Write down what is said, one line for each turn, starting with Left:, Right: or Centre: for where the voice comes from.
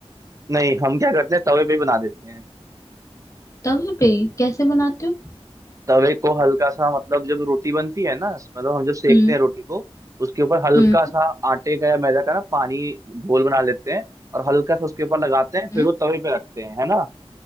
Right: नहीं हम क्या करते हैं तवे पे बना देते हैं
Left: तवे पे ही कैसे बनाते हो
Right: तवे को हल्का सा मतलब जब रोटी बनती है ना मतलब हम जब सेकते
Left: हम्म
Right: हैं रोटी को उसके ऊपर हल्का
Left: हम्म
Right: सा आटे का या मैदा का ना पानी घोल बना लेते हैं और हल्का सा उसके ऊपर लगाते हैं फिर
Left: हम्म,
Right: वो तवे पे रखते हैं है ना